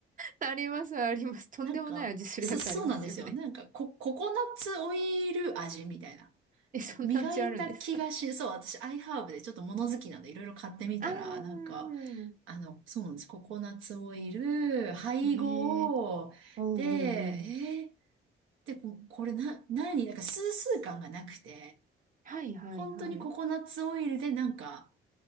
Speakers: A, on the right (about 40°); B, on the right (about 85°).
A: あります、あります。とんでもない味するやつありますよね。
B: なんか、そ、そうなんですよ。なんか、コココナッツオイル味みたいな。
A: <laughs> え、そんな味あるんですか
B: 磨いた気がし、そう、私、アイハーブでちょっと物好きなんで、いろいろ買ってみたら、
A: あー。
B: なんか、あの、そうなんです。ココナッツオイル、配合、
A: ええーおうおうおう。
B: で、えー、で、ここれな、何なんか、スースー感がなくて、
A: はいはいはい。
B: 本当にココナッツオイルで、なんか、